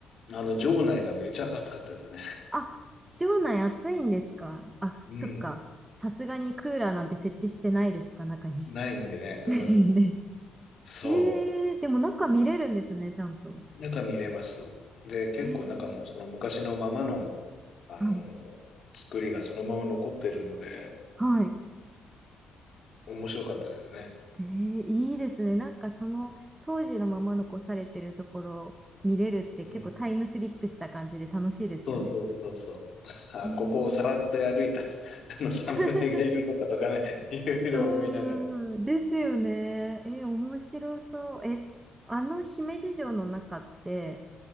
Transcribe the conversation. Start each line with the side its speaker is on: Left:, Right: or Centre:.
Left: あの、城内がめちゃ暑かったですね。
Right: あ、城内暑いんですかあ、
Left: <laughs> うん。
Right: そっか。さすがにクーラーなんて設置してないですか中に。
Left: ないんでね、
Right: <laughs> 無心ですよね。
Left: うん。そ
Right: えー、でも中見れるんですね、ちゃんと。
Left: う。中見れます。で、結構中もその昔のままの、
Right: えー、
Left: あの、
Right: はい、
Left: 作りがそのまま残ってるので、
Right: はい。
Left: 面白かったですね。
Right: えー、いいですね。なんかその当時のまま残されてるところを見れるって結構タイムスリップした感じで楽しいですよね。
Left: うん。そうそうそうそう。<laughs> あ、
Right: えー、
Left: ここをさらっと歩いた、<laughs> あの侍がいるのかとかね、
Right: <laughs>
Left: <laughs> いろいろ思いながら。
Right: うーん、ですよね。え面白そう。え、あの姫路城の中って、